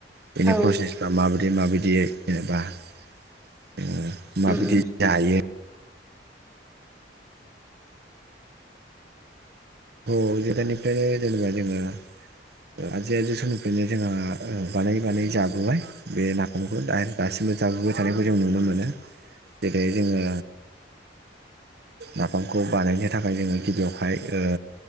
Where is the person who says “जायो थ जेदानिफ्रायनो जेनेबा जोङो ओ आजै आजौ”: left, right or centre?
Right